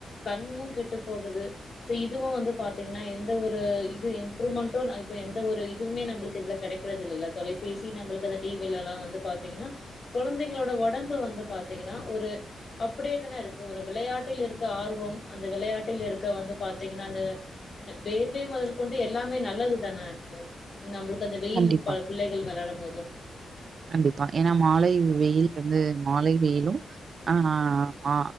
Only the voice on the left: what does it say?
கண்ணும் கெட்டு போகுது சோ இதுவும் வந்து பாத்தீங்னா எந்த ஒரு இது இம்ப்ரூவ்மண்ட்டு இப்ப எந்த ஒரு இதுமே நம்மளுக்கு இதுல கிடைக்கிறது இல்லல தொலைபேசி நம்மளுக்கு அந்த டி வி லல்லா வந்து பாத்தீங்னா கொழந்தைங்களோட ஒடம்பு வந்து பாத்தீங்கன்னா ஒரு அப்டியேதான இருக்கு ஒரு விளையாட்டில் இருக் க ஆர்வம் அந்த விளையாட்டில் இருக்க வந்து பாத்தீங்ன்னா அந்த த வேர்வை மொதல் கொண்டு எல்லாமே நல்லதுதான ஆச்சு நம்பளுக்கு அந்த வெயில்
பல பிள்ளைகள் வெளையாடும் போது